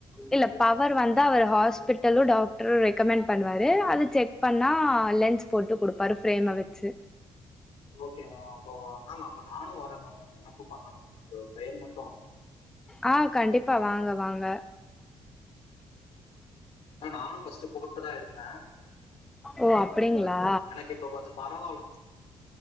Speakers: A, in the centre; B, on the left.
A: இல்ல பவர் வந்து அவர் ஹாஸ்பிட்டலு டாக்ட்ரு ரெக்கமெண்ட் பண்ணுவாரு அது செக் பண்ணா லென்ஸ் போட்டு குடுப்பாரு ஃப்ரேம்ம வெச்சு
B: ஓகே மேம் அப்போ மேம் அப்ப நானு வரேன் மேம் எனக்கு பண்ணணு மேம் உங்க சைன் மட்டு
A: ஆ கண்டிப்பா வாங்க வாங்க
B: ஆ நானு ஃபஸ்ட்டு போட்டுதா இருந்தே
A: ஓ அப்டிங்ளா
B: எனக் இப்ப கொஞ்சோ பரவால்ல மேம்